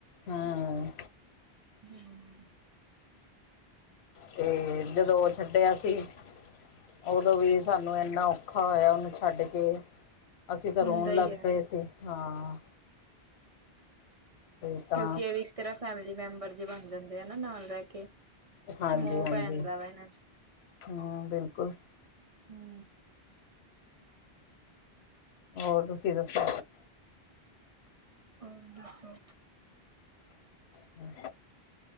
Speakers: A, on the left; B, on the right.
A: ਹੂੰ
B: ਹੂੰ
A: ਤੇ ਜਦੋਂ ਉਹ ਛੱਡਿਆ ਸੀ ਉਦੋਂ ਵੀ ਸਾਨੂੰ ਇੰਨਾ ਔਖਾ ਹੋਇਆ ਉਹਨੂੰ ਛੱਡ ਕੇ। ਅਸੀਂ ਤਾਂ,
B: ਹੁੰਦਾ
A: ਰੋਣ
B: ਹੀ
A: ਲੱਗ
B: ਹੈ
A: ਪਏ ਸੀ। ਹਾਂ। ਤੇ ਤਾਂ
B: ਕਿਉਂਕਿ, ਇਹ ਵੀ ਇੱਕ ਤਰ੍ਹਾਂ ਫੈਮਿਲੀ ਮੈਂਬਰ ਜੇ ਬਣ ਜਾਂਦੇ ਆ ਨਾ ਨਾਲ ਰਹਿ ਕੇ।
A: ਹਾਂਜੀ,
B: ਮੋਹ
A: - ਹਾਂਜੀ।
B: ਪੈ ਜਾਂਦਾ ਵਾ ਇਹਨਾਂ ਚ
A: ਹੂੰ ਬਿਲਕੁਲ।
B: ਹੂੰ,
A: ਹੋਰ ਤੁਸੀਂ ਦੱਸੋ?
B: ਹੂੰ, ਦੱਸੋ?
A: ਹੂੰ,